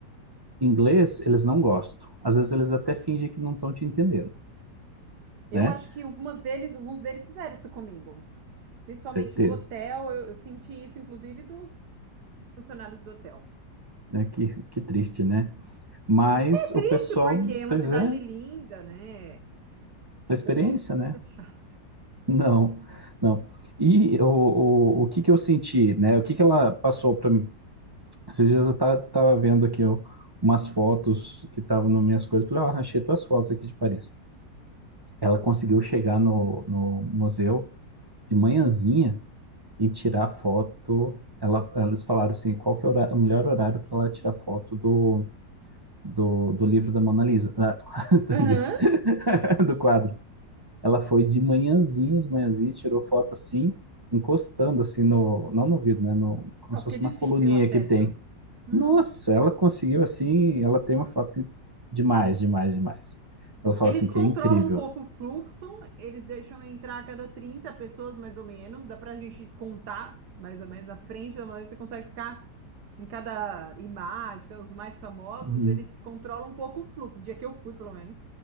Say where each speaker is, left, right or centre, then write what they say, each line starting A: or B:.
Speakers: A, on the right; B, on the right.
A: inglês, eles não gostam. Às vezes eles até fingem que não estão te entendendo,
B: Eu
A: né?
B: acho que algumas deles, alguns deles fizeram isso comigo. Principalmente
A: Certeza,
B: no hotel, eu, eu senti isso, inclusive, dos funcionários do hotel.
A: né? Que, que triste, né? Mas o
B: Triste
A: pessoal,
B: porque é uma
A: pois
B: cidade
A: é,
B: linda, né? O
A: a experiência,
B: povo não precisa
A: né?
B: ser <laughs> chato.
A: Não, não. E o, o, o que que eu senti, né? O que que ela passou para mim? Esses dias eu ta- tava vendo aqui ó, umas fotos que estavam nas minhas coisas. Falei, ó, achei tuas fotos aqui de Paris. Ela conseguiu chegar no, no museu de manhãzinha e tirar foto. Ela, eles falaram assim, qual que é o hora- o melhor horário para ela tirar foto do, do, do livro da Mona Lisa. Ah, <laughs> do
B: Aham.
A: livro, <laughs> do quadro. Ela foi de manhãzinha, de manhãzinha, tirou foto assim, encostando assim no, não no vidro, né, no, como
B: Ah,
A: se
B: porque
A: fosse
B: é difícil
A: uma coluninha
B: o acesso.
A: que tem.
B: Hum.
A: Nossa, ela conseguiu assim, ela tem uma foto assim, demais, demais, demais. Ela fala
B: Eles
A: assim que
B: controlam
A: é incrível.
B: um pouco o fluxo, eles deixam entrar a cada 30 pessoas, mais ou menos. Dá pra gente contar, mais ou menos, na frente da maneira que você consegue ficar em cada imagem, os mais famosos,
A: Uhum.
B: eles controlam um pouco o fluxo. No dia que eu fui, pelo menos,